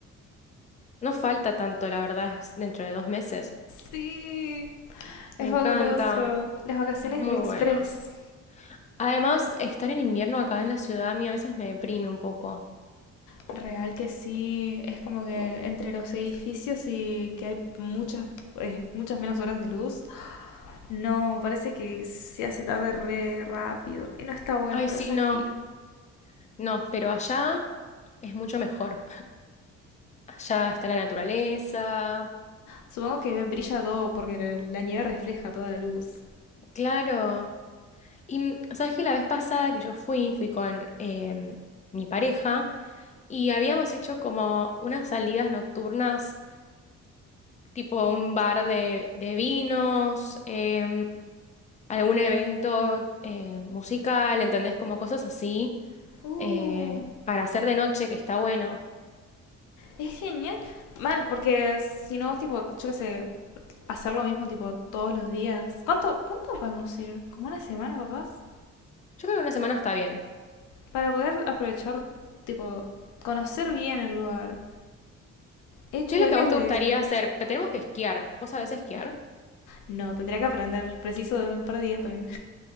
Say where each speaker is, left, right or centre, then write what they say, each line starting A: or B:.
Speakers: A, on the left; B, on the left.
A: No falta tanto, la verdad, es dentro de dos meses.
B: Sí, es
A: Me encanta,
B: fabuloso. Las vacaciones
A: es muy
B: de Express.
A: bueno. Además, estar en invierno acá en la ciudad a mí a veces me deprime un poco.
B: Real que sí, es como que entre los edificios y que hay muchas eh, muchas menos horas de luz. No, parece que se hace tarde re rápido y no está bueno
A: Ay,
B: para
A: sí,
B: salir.
A: no, no, pero allá es mucho mejor. Allá está la naturaleza,
B: Supongo que brilla todo porque la nieve refleja toda la luz.
A: claro. Y mm, sabes que la vez pasada que yo fui, fui con em, mi pareja y habíamos hecho como unas salidas nocturnas, tipo un bar de, de vinos, em, algún evento eh, musical, ¿entendés? Como cosas así
B: Uh,
A: eh, para hacer de noche, que está bueno.
B: Es genial. Mal, porque si no, tipo, yo qué sé, hacer lo mismo, tipo, todos los días. ¿Cuánto, cuánto podemos ir? ¿Como una semana, capaz?
A: Yo creo que una semana está bien.
B: Para poder aprovechar, tipo, conocer bien el lugar. He hecho
A: ¿Qué
B: viajes
A: es lo que a vos te
B: de...
A: gustaría hacer? Pe- Tenemos que esquiar. ¿Vos sabés esquiar?
B: No, tendría que aprender. Preciso de un par de días también.